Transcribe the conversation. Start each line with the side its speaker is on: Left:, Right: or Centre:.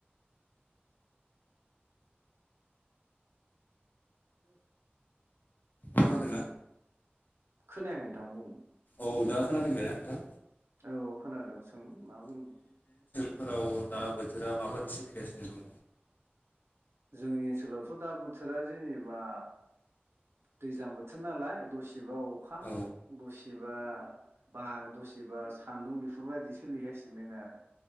Right: उम।
Left: खोनादों ना?
Right: खोनायाखै नोंथां बुं।
Left: औ दा खोनाफिनबायना नोंथां।
Right: औ खोनादों सों मा बुंदों।
Left: फोराव दा बोथोरा माबायदि सोलिगासिनो दङ।
Right: जोंनि ओनसोलावथ दा बोथोरा जेनेबा दैज्लां बोथोर नालाय दसेबा अखा
Left: औ
Right: दसेबा बार दसेबा सान्दुं बेफोरबायदि सोलिगासिनो दोङो आरो।